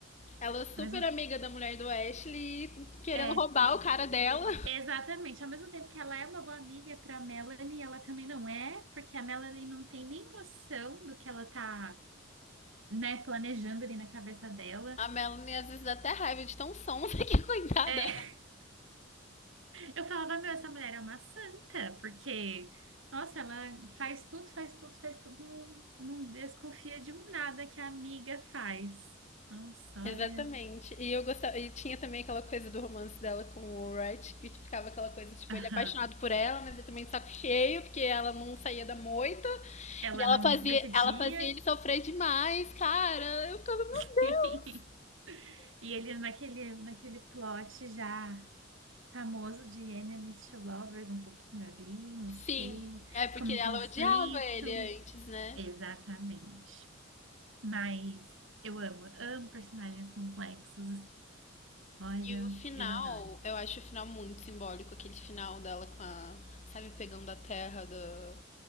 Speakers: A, on the left; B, on the right.
A: Ela é super
B: ao mesmo,
A: amiga da mulher do Ashley, querendo
B: é,
A: roubar o cara dela.
B: exatamente. Ao mesmo tempo que ela é uma boa amiga para Melanie, ela também não é, porque a Melanie não tem nem noção do que ela tá, né, planejando ali na cabeça dela.
A: A Melanie às vezes dá até raiva de tão sonsa <laughs> que coitada.
B: É. <laughs> Eu falava, meu, essa mulher é uma santa, porque, nossa, ela faz tudo, faz tudo, faz tudo, não, não desconfia de um nada que a amiga faz. Nossa, olha.
A: Exatamente. E eu gostava, e tinha também aquela coisa do romance dela com o Wright, que ficava aquela coisa, tipo,
B: Aham.
A: ele é apaixonado por ela, mas ele também de saco cheio, porque ela não saía da moita.
B: Ela
A: E ela
B: não
A: fazia,
B: se decidia.
A: ela fazia ele sofrer demais, cara. Eu ficava, meu
B: <laughs>
A: Deus.
B: E ele naquele, naquele plot já famoso de enemies to lovers, um pouquinho ali, não sei,
A: Sim, é porque
B: como um
A: ela
B: conflito.
A: odiava ele antes, né?
B: Exatamente. Mas eu amo, amo personagens complexos. Olha,
A: E o final,
B: eu adoro.
A: eu acho o final muito simbólico, aquele final dela com a, sabe, pegando a terra do,